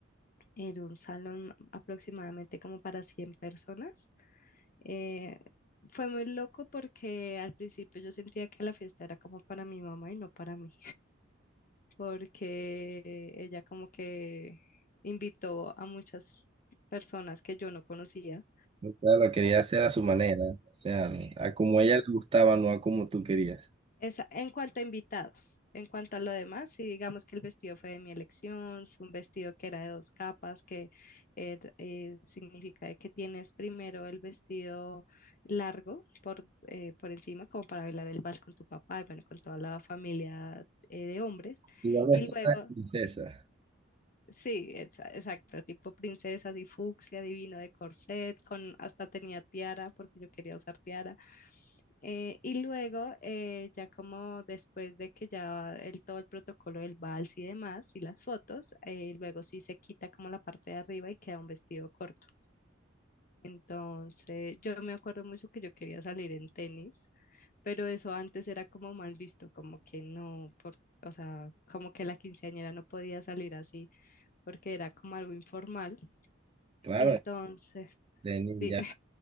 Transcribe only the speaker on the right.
O sea, lo quería hacer a su manera, o sea, a como a
ella le gustaba, no a como tú querías.
Igual no
es que
princesa.
Claro,
tenis
ya.